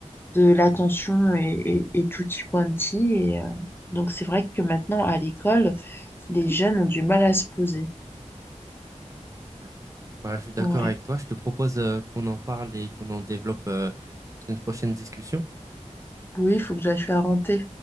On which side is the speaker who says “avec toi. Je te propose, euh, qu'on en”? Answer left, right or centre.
Right